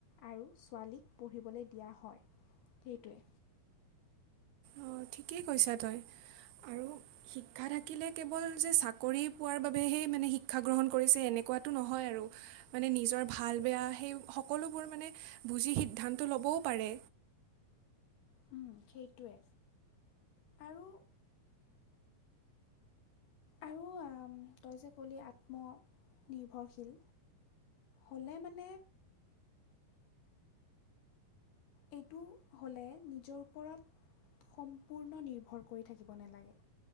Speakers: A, on the left (about 70°); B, on the right (about 85°).
A: আৰু ছোৱালীক পঢ়িবলে দিয়া হয় সেইটোৱে
B: অ ঠিকেই কৈছা তই আৰু শিক্ষা থাকিলে কেৱল যে চাকৰি পোৱাৰ বাবেহে মানে শিক্ষা গ্ৰহণ কৰিছে এনেক কোৱাটো নহয় আৰু মানে নিজৰ ভাল বেয়া সেই সকলোবোৰ মানে বুজি সিদ্ধান্ত ল'ব ও পাৰে
A: উম সেইটোৱে আৰু আৰু তই যে কলি আত্মনিৰ্ভৰশীল হলে মানে এইটো হ'লে নিজৰ ওপৰত সম্পূৰ্ণ নিৰ্ভৰ কৰি থাকিব নালাগে